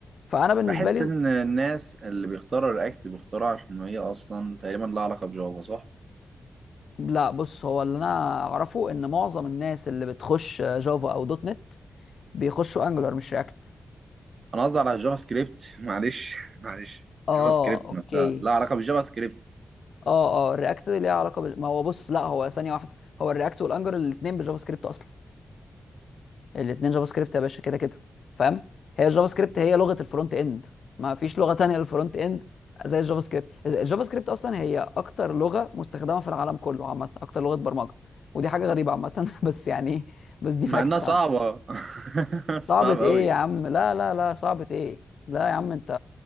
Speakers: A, on the left (about 60°); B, on the right (about 40°).
A: فانا بالنسبه
B: بحس
A: لي
B: ان الناس اللي بيختاروا رياكت بيختاروا عشان هي اصلا تقريبا لها علاقه بجافا صح
A: لا بص هو اللي انا اعرفه ان معظم الناس اللي بتخش جافا او دوت نت بيخشوا انجولار مش رياكت
B: انا قصدي على الجافا سكريبت <laughs> معلش معلش الجافا
A: اه
B: سكريبت
A: اوكي
B: نفسها لها علاقه بالجافا سكريبت
A: اه اه الرياكت ليها علاقه بال... ما هو بص لا هو ثانيه واحده هو الرياكت والانجولار الاثنين بالجافا سكريبت اصلا الاثنين جافا سكريبت يا باشا كده كده فاهم هي الجافا سكريبت هي لغه الفرونت اند ما فيش لغه تانية للفرونت اند زي الجافا سكريبت الجافا سكريبت اصلا هي اكتر لغه مستخدمه في العالم كله عامه اكتر لغه برمجه ودي حاجه غريبه عامه <laughs> بس يعني إيه، بس دي
B: مع
A: فاكتس
B: انها صعبة <laughs>
A: صعبة
B: صعب
A: ايه
B: قوي
A: يا عم لا لا لا صعبة ايه لا يا عم انت